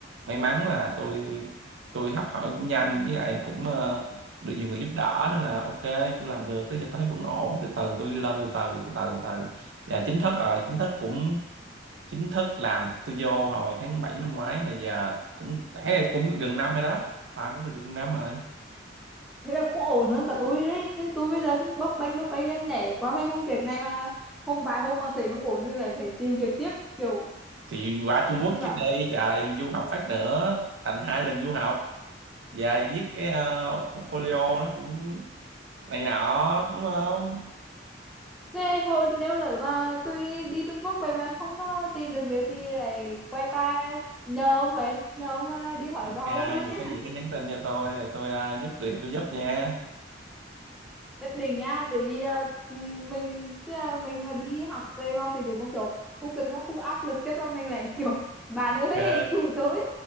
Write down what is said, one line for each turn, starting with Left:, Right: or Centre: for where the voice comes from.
Right: may mắn là tôi tôi học hỏi cũng nhanh với lại cũng ờ, được nhiều người giúp đỡ nên là ok tôi làm được tới giờ tôi thấy vẫn ổn từ từ tôi đi lên từ từ từ từ từ và chính thức rồi chính thức cũng chính thức làm tôi vô hồi tháng 7 năm ngoái mà giờ cũng thấy cũng được gần năm rồi đó làm cũng được gần năm rồi
Centre: thế là cũng ổn hơn cả tôi đấy chứ tôi bây giờ cũng bấp bênh bấp bênh đang nhảy qua cái công việc này mà hôm vài hôm mà thấy không ổn nên lại phải tìm việc tiếp kiểu
Right: thì qua Trung Quốc
Centre: hy vọng
Right: trước đây trời du học phát nữa thành hai lần du học và viết cái ờ, portfolio nó cũng này nọ đúng không
Centre: thế hồi nếu lỡ mà tôi đi Trung Quốc về mà không có tìm được việc thì lại quay qua nhờ ông vậy nhờ ông à, đi hỏi
Right: ok
Centre: dò
Right: vậy
Centre: cho tôi nhé
Right: có gì cứ nhắn tin cho tôi rồi tôi à, giúp việc tôi giúp nha
Centre: nhất định á bởi vì à, mình tức là mình mà đi học về mà ví dụ một kiểu công việc nó cũng áp lực chắc là mình lại kiểu bà
Right: ok
Centre: ơi cứu tôi